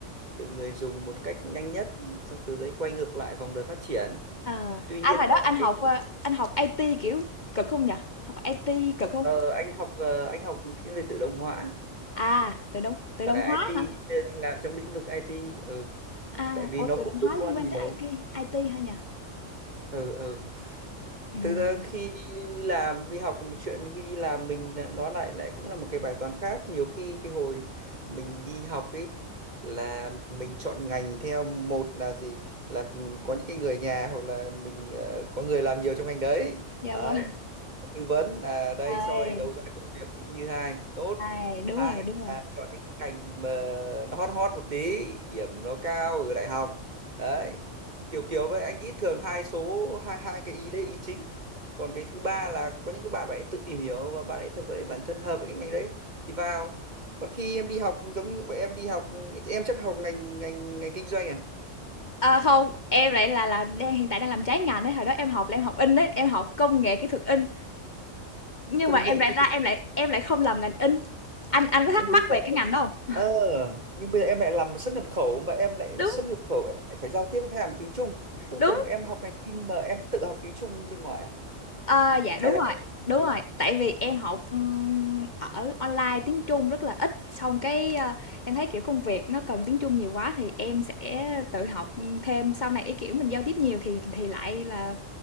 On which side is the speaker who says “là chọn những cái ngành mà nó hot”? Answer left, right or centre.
Right